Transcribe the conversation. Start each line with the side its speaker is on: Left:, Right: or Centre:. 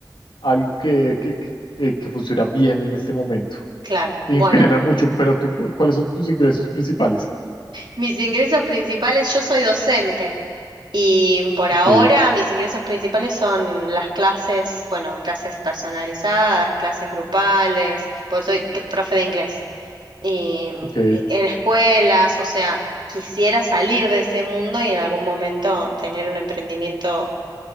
Left: algo que, que, que, que- que funciona bien en este momento.
Right: claro.
Left: Sin
Right: Bueno,
Left: generar mucho, pero tú, cu- ¿cuáles son tus ingresos principales?
Right: mis ingresos principales, yo soy docente. Y por
Left: Ok,
Right: ahora mis ingresos principales son las clases, bueno, clases personalizadas, clases grupales, pues soy cl- profe de inglés y,
Left: ok.
Right: y en escuelas, o sea, quisiera salir de ese mundo y en algún momento tener un emprendimiento,